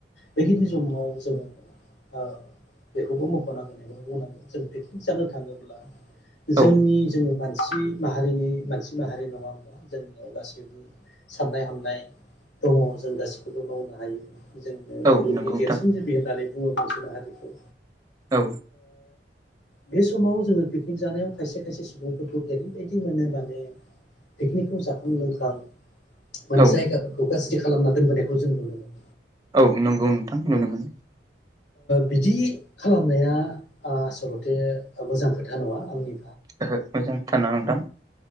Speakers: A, on the left; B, on the right.
A: बेखिनि समाव जोंङो। बेखौबो मखनांगोन एबा बुंनांगोन जों पिकनिक जानो थांङोब्ला।
B: औ
A: जोंनि जोंङो। मानसि माहारिनि मानसि माहारि नंङा होमबा जोंनियाव गासैबो साननाय हनाय। दंङ जों गासिखौबो मावनो हायो। जोंनो
B: औ
A: मुलुगनि
B: नंगौ नोंथां
A: देरसिन जिबि होननानै बुङो मोनसे हारिखौ।
B: औ
A: बे समाव जोंङो पिकनिक जानायाव खायसे खायसे सुबुंफोरखौ मोनो माने पिकनिकखौ जाखां लोंखां माने
B: औ
A: जायगाफोरखौ गाज्रि खालाम। खालामना दोनबोनायखौ जों नुनो मोनो।
B: औ नंगौ नोंथां नुनो मोनो।
A: बिदि खालामनाया आसलथे मोजां खोथा नंङा आंनि
B: ओहो मोजां। खोथाना नोंथां